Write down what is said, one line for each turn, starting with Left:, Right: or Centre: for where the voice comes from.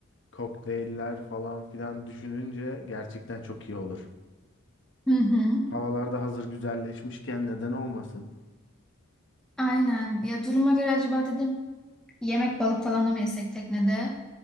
Left: kokteyller falan filan düşününce gerçekten çok iyi olur.
Centre: Hı hı.
Left: Havalar da hazır güzelleşmişken neden olmasın?
Centre: Aynen. Ya duruma göre acaba dedim Yemek balık falan da mı yesek teknede?